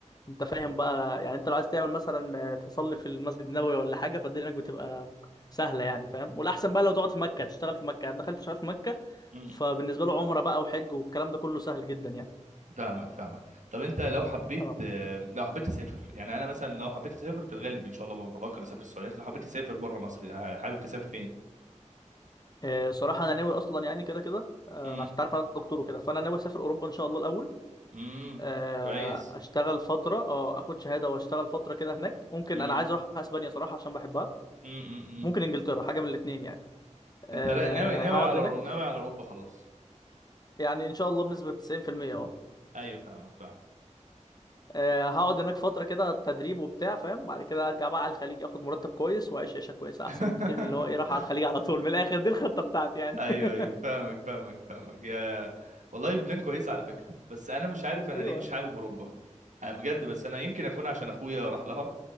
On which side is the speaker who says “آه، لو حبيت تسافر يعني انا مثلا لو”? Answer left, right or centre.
Right